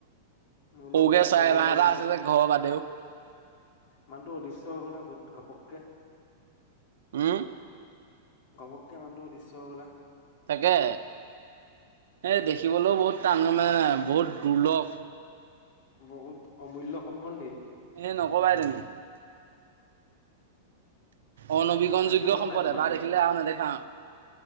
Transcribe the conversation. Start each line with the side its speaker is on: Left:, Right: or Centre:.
Left: মই বুলো
Right: সৰুকে
Left: অদৃশ্য
Right: চৰাই
Left: হ'লা
Right: বাঁহ
Left: বা
Right: এটা
Left: মানুহটো।
Right: আছে যে ঘৰৰ বাদেও
Left: মানুহটো অদৃশ্য হৈ গ'লে বহুত ঘপককে।
Right: উম্।
Left: ঘবককে মানুহটো অদৃশ্য হৈ গ'লা।
Right: তাকে। এই দেখিবলৈও বহুত টান গম পাইছা নাই বহুত দুৰ্লভ।
Left: বহুত অমূল্য সম্পদ নি।
Right: এ ন'কবাই তুমি। অনবীকৰণ
Left: বাকী
Right: যোগ্য
Left: হ'ল
Right: সম্পদ
Left: নাই তোমাৰ
Right: এবাৰ দেখিলে আৰু নেদেখা আৰু।